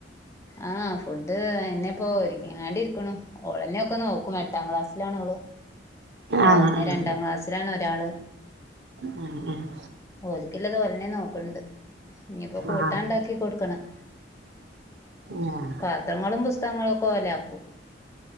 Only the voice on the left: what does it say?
ആഹ ഫുഡ് എന്നെപ്പോൊ ഒരുങ്ങികാണ്ട് ഇരിക്ക്‌ണു ഓളന്നെ ഒക്കെ നോക്ക്ണ് എട്ടാം ക്ലാസ്സിലാണ് ഓള് അവള്
ഓളന്നെ
രണ്ടാം ക്ലാസ്സിലാണ് ഒരാള്
ഓല്ക്കില്ലത് ഓലെന്നെ നോക്കണ്ട്. ഇഞ്ഞിപ്പോ കൂട്ടാണ്ടാക്കി
കൊടുക്കണം.
പാത്രങ്ങളും പുസ്തകങ്ങളും ഒക്കെ ഓല് ആക്കും.